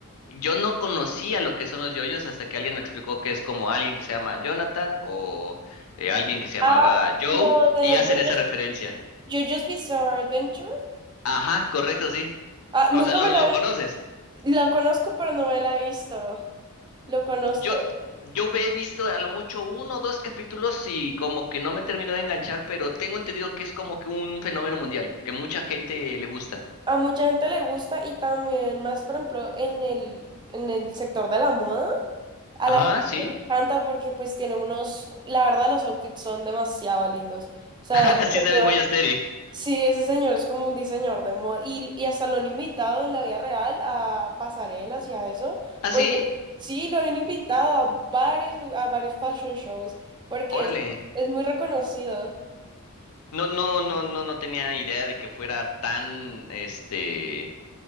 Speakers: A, on the left (about 80°); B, on the right (about 20°).
A: Yo no conocía lo que son los yoyos hasta que alguien me explicó que es como alguien que se llama Jonathan o eh, alguien que se llamaba
B: Ah,
A: Joe
B: lo de
A: y hacen
B: Jo-
A: esa referencia.
B: JoJo's Bizarre Adventure.
A: Ajá, correcto, sí.
B: Ah,
A: O
B: nunca
A: sea, lo,
B: me la
A: lo
B: vi.
A: conoces.
B: La conozco, pero no me la he visto. Lo conozco.
A: Yo, yo he visto a lo mucho uno o dos capítulos y como que no me terminó de enganchar, pero tengo entendido que es como que un fenómeno mundial, que mucha gente le gusta.
B: A mucha gente le gusta y también más, por ejemplo, en el, en el sector de la moda, a
A: Ajá,
B: la gente
A: sí.
B: le encanta porque pues tiene unos, la verdad los outfits son demasiado lindos. O sea,
A: <laughs>
B: ese
A: Sí
B: señor,
A: se ven muy asteric.
B: sí, ese señor es como un diseñador de moda y, y hasta lo han invitado en la vida real a pasarelas y a eso,
A: ¿Ah,
B: porque
A: sí?
B: sí, lo han invitado a varios, lu- a varios fashion shows porque
A: Órale.
B: es, es muy reconocido.
A: No, no, no, no, no tenía idea de que fuera tan, este,